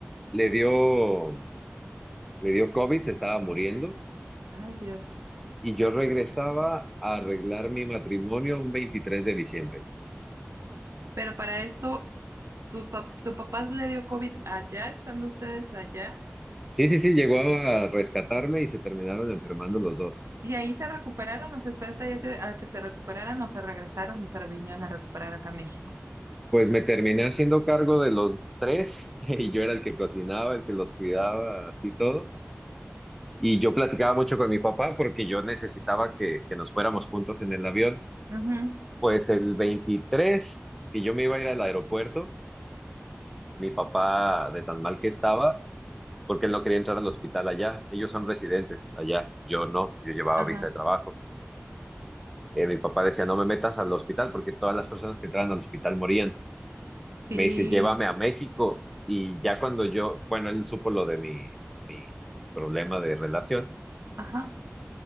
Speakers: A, in the centre; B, on the right.
A: le dio Le dio COVID, se estaba muriendo
B: ay Dios.
A: y yo regresaba a arreglar mi matrimonio un 23 de diciembre.
B: Pero para esto, tus pap- tu papá le dio COVID allá, estando ustedes allá,
A: Sí, sí, sí, llegó a rescatarme y se terminaron enfermando los dos.
B: y ahí se recuperaron, o sea, esperaste ahí a que, a que se recuperaran, o se regresaron y se vinieron a recuperar acá a México.
A: Pues me terminé haciendo cargo de los tres <laughs> y yo era el que cocinaba, el que los cuidaba, así todo. Y yo platicaba mucho con mi papá porque yo necesitaba que, que nos fuéramos juntos en el avión.
B: Ujú,
A: Pues el 23 que yo me iba a ir al aeropuerto, mi papá, de tan mal que estaba, porque él no quería entrar al hospital allá. Ellos son residentes allá, yo no, yo llevaba
B: Ajá,
A: visa de trabajo. Eh, mi papá decía, no me metas al hospital porque todas las personas que entraban al hospital morían.
B: sí,
A: Me dice, llévame a México. Y ya cuando yo, bueno, él supo lo de mi, mi problema de relación,
B: ajá.